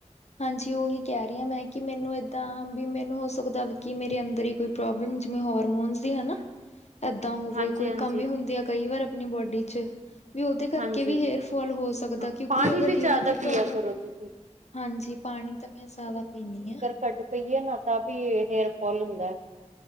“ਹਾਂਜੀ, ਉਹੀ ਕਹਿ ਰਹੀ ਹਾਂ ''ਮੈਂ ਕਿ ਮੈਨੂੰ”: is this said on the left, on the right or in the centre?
Left